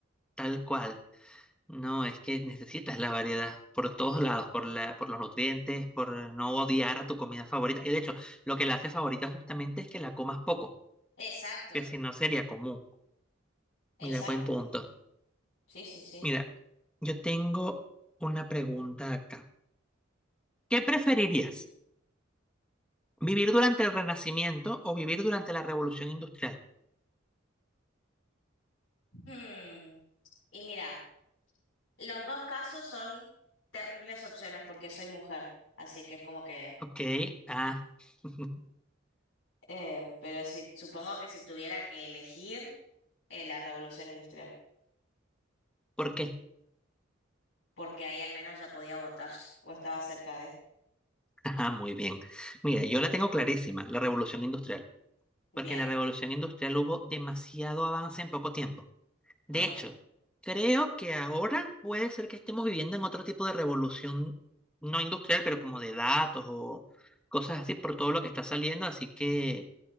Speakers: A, in the centre; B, on the left.
A: tal cual. No, es que necesitas la variedad por todos lados, por la, por los nutrientes, por no odiar a tu comida favorita. Y de hecho, lo que la hace favorita justamente es que la comas poco,
B: Exacto,
A: que si no sería común.
B: exactamente.
A: Mira, buen punto.
B: Sí, sí, sí.
A: Mira, yo tengo una pregunta acá. ¿Qué preferirías? ¿Vivir durante el Renacimiento o vivir durante la Revolución Industrial?
B: Hmm, Y mira, los dos casos son terribles opciones porque soy mujer, así que es como que...
A: Ok, ah, <laughs>
B: Em, pero si, supongo que si tuviera que elegir eh, la revolución industrial,
A: ¿por qué?
B: porque ahí al menos ya podía votar <laughs> o estaba cerca de.
A: Ajá, muy bien. Mira, yo la tengo clarísima, la Revolución Industrial.
B: Bien,
A: porque en la revolución industrial hubo demasiado avance en poco tiempo. De
B: Mm,
A: hecho, creo que ahora puede ser que estemos viviendo en otro tipo de revolución, no industrial, pero como de datos o cosas así por todo lo que está saliendo, así que,